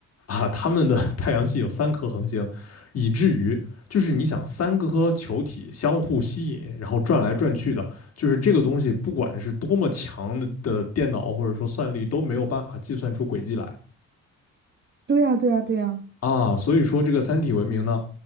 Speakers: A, on the left; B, on the right.
A: 啊，他们的 <laughs> 太阳系有三颗恒星，以至于就是你想三个颗球体相互吸引，然后转来转去的，就是这个东西，不管是多么强的的电脑或者说算力都没有办法计算出轨迹来
B: 对呀，对呀，对呀。
A: 啊。所以说这个三体文明呢，